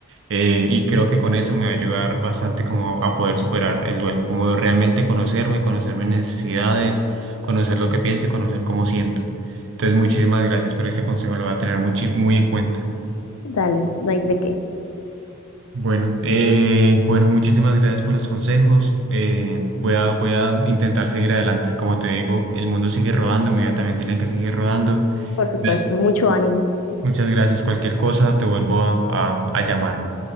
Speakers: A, on the right; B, on the left.
A: eh, y creo que con eso me va a ayudar bastante como a, a poder superar el duelo, como realmente conocerme, conocer mis necesidades, conocer lo que pienso y conocer cómo siento. Entonces, muchísimas gracias por este consejo, lo voy a tener muy, chi- muy en cuenta.
B: Dale, no hay de qué.
A: Bueno, eh, bueno, muchísimas gracias por los consejos. eh, voy a, voy a intentar seguir adelante. Como te digo, el mundo sigue rodando, mi vida también tiene que seguir rodando.
B: Por supuesto,
A: Entonces,
B: mucho ánimo.
A: muchas gracias. Cualquier cosa, te vuelvo a, a a llamar.